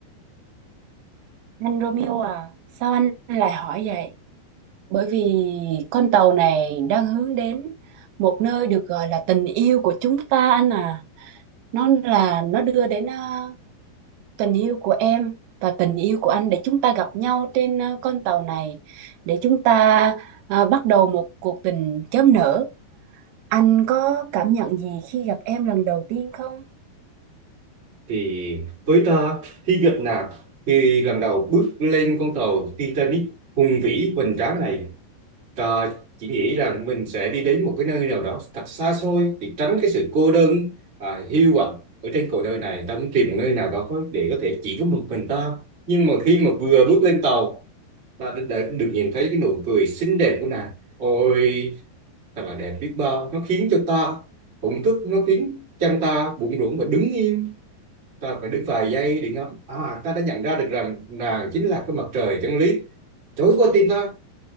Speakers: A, on the right (about 85°); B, on the right (about 75°).
A: Anh Romeo à, sao anh lại hỏi vậy? Bởi vì con tàu này đang hướng đến một nơi được gọi là tình yêu của chúng ta anh à. Nó là nó đưa đến à, tình yêu của em và tình yêu của anh để chúng ta gặp nhau trên à, con tàu này, để chúng ta à, bắt đầu một cuộc tình chớm nở Anh có cảm nhận gì khi gặp em lần đầu tiên không?
B: thì với ta khi gặp nàng khi lần đầu bước lên con tàu Titanic hùng vĩ hoành tráng này Ờ, chỉ nghĩ rằng mình sẽ đi đến một cái nơi nào đó thật xa xôi để tránh cái sự cô đơn à, hiu quạnh ở trên cuộc đời này ta muốn tìm một nơi nào đó có- để có thể chỉ có một mình ta nhưng mà khi mà vừa bước lên tàu ta đã, đã được nhìn thấy cái nụ cười xinh đẹp của nàng ôi thật là đẹp biết bao nó khiến cho ta thổn thức nó khiến chân ta bủn rủn và đứng im ta phải đứng vài giây để ngắm à ta đã nhận ra được rằng nàng chính là cái mặt trời chân lý trỗi qua tim ta